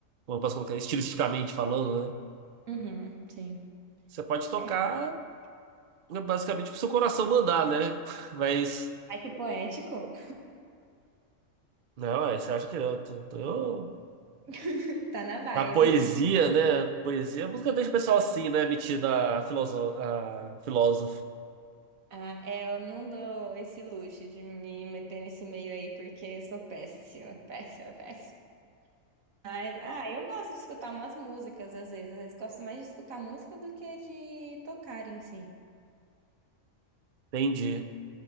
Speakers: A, on the right; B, on the right.
A: como eu posso colocar, estilisticamente falando, né?
B: Uhum, sim.
A: Você pode tocar
B: É.
A: né, basicamente pro seu coração mandar, né? <laughs> Mas,
B: Ai, que poético.
A: não, é, você acha que eu, tô- tô- eu-
B: <laughs> Tá na vibe.
A: A poesia, né? Poesia, a música deixa o pessoal assim, né? Metida a, filoso... a filósofo.
B: Ah, é, eu não dou esse luxo de me meter nesse meio aí porque eu sou péssima, péssima, péssima. Mas, ah, eu gosto de escutar umas músicas às vezes. Às vezes gosto mais de escutar música do que de tocar em si.
A: Entendi.